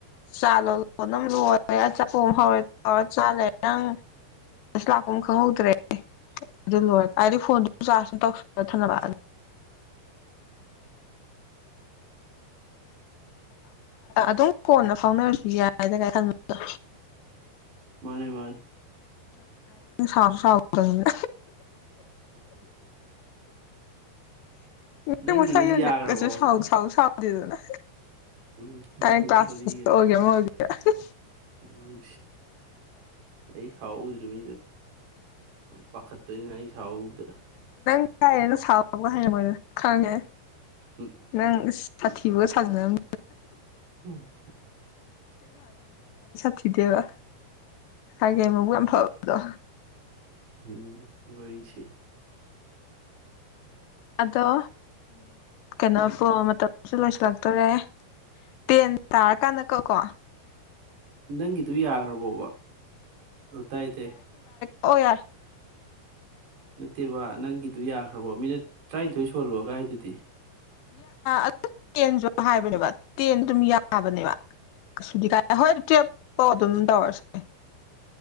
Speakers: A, on the left; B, on the right.
A: ꯆꯥ ꯂꯣꯜꯂꯦ ꯆꯥꯛꯄ ꯍꯧꯔꯦꯧ ꯆꯥꯜꯂꯦ ꯅꯪ ꯂꯥꯛꯄ ꯈꯪꯍꯧꯗ꯭ꯔꯦ ꯑꯗꯨ ꯂꯣꯏ ꯍꯥꯏꯗꯤ ꯐꯣꯟꯗꯨ ꯆꯧ ꯊꯅꯕ ꯑꯗꯨꯝ ꯀꯣꯟꯅ ꯐꯥꯎꯅꯔꯁꯨ ꯌꯥꯏꯗ ꯀꯥꯏ ꯈꯜꯕ
B: ꯃꯥꯅꯤ ꯃꯥ
A: ꯁꯥꯎ ꯁꯥꯎꯗꯅꯦ
B: ꯅꯪꯒꯤꯗꯨꯗꯤ
A: ꯅ ꯃꯁꯥꯏꯒꯤꯅꯦ
B: ꯌꯥꯈ꯭ꯔꯕꯣ
A: ꯀꯁꯨ
B: ꯍꯧꯖꯤꯛ
A: ꯁꯥꯎ ꯁꯥꯎ ꯁꯥꯎꯗꯦꯗꯅ
B: ꯎꯝ ꯎꯝ
A: ꯇꯥꯏꯡ ꯀ꯭ꯂꯥꯁ
B: ꯋꯥꯔꯤꯒꯗꯤ
A: ꯑꯣꯏꯒꯦꯒꯦ
B: ꯎꯝ ꯑꯩ ꯁꯥꯎꯗ꯭ꯔꯤꯕꯩꯗ ꯄꯥꯈꯠꯇꯣꯏꯅ ꯑꯩ ꯍꯥꯎꯗ
A: ꯌꯥꯏꯔꯦꯅ ꯁꯥꯎꯕꯒ ꯍꯥꯏꯌꯦꯉ ꯃꯣꯏꯗ ꯈꯪꯉꯦ
B: ꯎꯝ
A: ꯅꯪ ꯁꯥꯇꯤꯕꯨ ꯁꯖꯅ ꯎꯝ
B: ꯎꯝ
A: ꯁꯤꯤꯗꯦꯕ ꯍꯥꯏꯦ ꯃ ꯐꯥꯎꯗꯣ
B: ꯎꯝ ꯋꯥꯔꯤꯔꯤꯁ
A: ꯑꯗꯣ ꯀꯩꯅꯣ ꯃꯇꯝꯁꯨ ꯂꯣꯏꯁꯤꯜꯂꯛꯇꯣꯔꯦ ꯇꯦꯟ ꯇꯥꯔ ꯀꯥꯟꯅꯀꯣꯀꯣ
B: ꯅꯪꯒꯤꯗꯨ ꯌꯥꯈ꯭ꯔꯕꯣꯕ ꯇꯥꯏ ꯇꯥꯏ
A: ꯑꯣ ꯌꯥꯏ
B: ꯅꯠꯇꯦꯕ ꯅꯪꯒꯤꯗꯨ ꯌꯥꯈ꯭ꯔꯕꯣ ꯃꯤꯅꯠ ꯇꯔꯥꯅꯤꯊꯣꯏ ꯁꯣꯜꯂꯣꯒꯥꯏꯗꯨꯗꯤ
A: ꯑꯗꯨ ꯇꯦꯟꯁꯨ ꯍꯥꯏꯕꯅꯦꯕ ꯇꯦꯟ ꯑꯗꯨꯝ ꯌꯥꯕꯅꯦꯕ ꯀꯩꯁꯨꯗꯤ ꯀꯥꯏ ꯍꯣꯏ ꯇꯨꯋꯦꯜꯞ ꯐꯥꯎ ꯑꯗꯨꯝ ꯇꯧꯔꯁꯦ